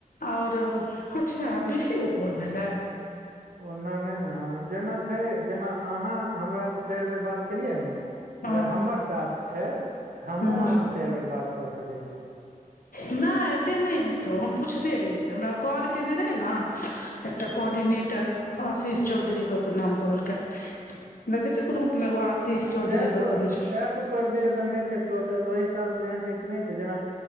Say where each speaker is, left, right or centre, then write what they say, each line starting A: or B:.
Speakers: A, on the left (about 75°); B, on the right (about 75°).
A: और अच्छा बीसे गो काॅल भेलै।
B: ओन्ना नहि नहि हँ जेना छैय जेना अहाँ हमरास चारि बेर बात केलियै न
A: हँ
B: अगर हमर टास्क छैय तऽ हमहूँ
A: हँ
B: अहाँसँ चाइर बेर बात कऽ सकैत छी।
A: नहिऽसे नहि हेतउ हम पुछने रहियै हमरा ओ कॉल कयने रहय ने एकटा कोर्डिनेटर आशीष चौधरी ककऽ नाम कहलकय देखै छी ग्रुप्ऽ एयमे एगो आशीष चौधरी
B: एप
A: क क दय छ
B: एप पर जे दनै छैय प्रोसेस ओहि हिसाबसँ एहन किछ नहि छैय जेनाऽ